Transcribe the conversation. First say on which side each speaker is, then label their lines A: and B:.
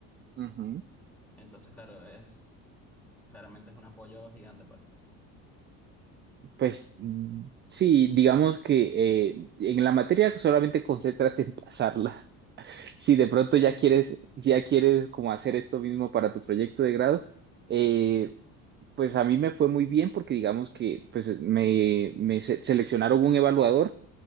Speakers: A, on the right (about 30°); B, in the centre.
A: Ujú.
B: Entonces, claro, es claramente es un apoyo gigante, pues.
A: pues mm, sí, digamos que eh, en la materia solamente concéntrate en pasarla. <laughs> Si de pronto
B: Sí,
A: ya quieres, si ya quieres como hacer esto mismo para tu proyecto de grado, eh, pues a mí me fue muy bien porque digamos que pues me, me se- seleccionaron un evaluador